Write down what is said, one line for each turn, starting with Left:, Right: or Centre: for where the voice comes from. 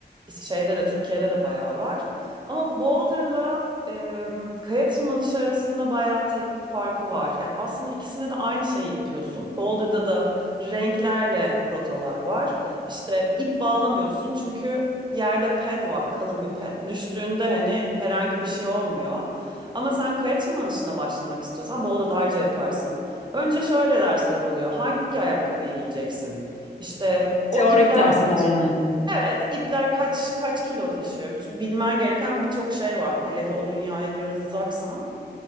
Right: Şeyde de Türkiye'de de bayağı var. Ama Boulder'la e, kaya tırmanışı arasında bayağı teknik farkı var. Yani aslında ikisinde de aynı şeyi yapıyorsun. Boulder'da da renklerle rotalar var. İşte ip bağlamıyorsun çünkü yerde ped var, kalın bir ped. Düştüğünde hani herhangi bir şey olmuyor. Ama sen kaya tırmanışına başlamak istiyorsan Boulder Dağarcığı yaparsın. Önce şöyle dersler oluyor. Hangi ayakkabıyı giyeceksin? İşte
Left: Teorik
Right: o ipler
Left: dersler yani.
Right: evet ipler kaç kaç kilo taşıyor? Bütün bilmen gereken birçok şey var. Hele de
Left: Evet.
Right: o dünyaya biraz uzaksan.